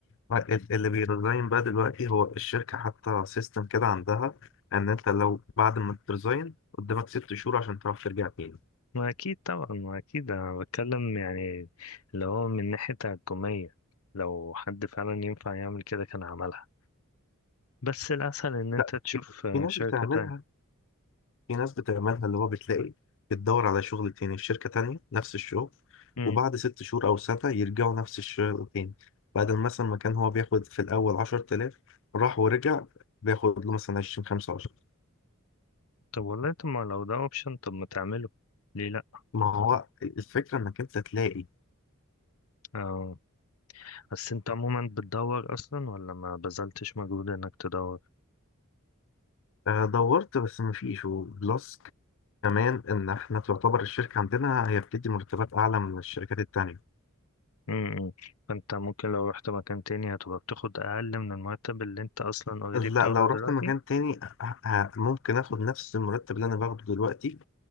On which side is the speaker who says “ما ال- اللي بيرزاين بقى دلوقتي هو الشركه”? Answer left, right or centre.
Left